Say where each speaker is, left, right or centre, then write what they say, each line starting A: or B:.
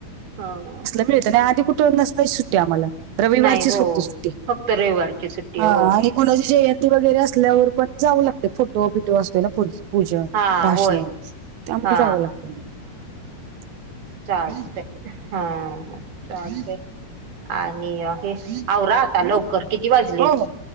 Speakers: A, on the right; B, on the right.
A: ह
B: आणि आधी कुठं नसताची सुट्टी आम्हाला रविवारचीच
A: नाही हो
B: फटतो सुट्टी
A: फक्त रविवारची सुट्टी
B: हा
A: हो
B: आणि कोणाची जयंती वगैरे असल्यावर पण जाऊ लागते फोटो बिटिओ असो पूजा
A: हा
B: भाषण
A: होय
B: तमन
A: हा
B: जागं लागत ना
A: चालते हा चालते आणि राहता लवकर
B: हं?
A: किती वाजले
B: हो हो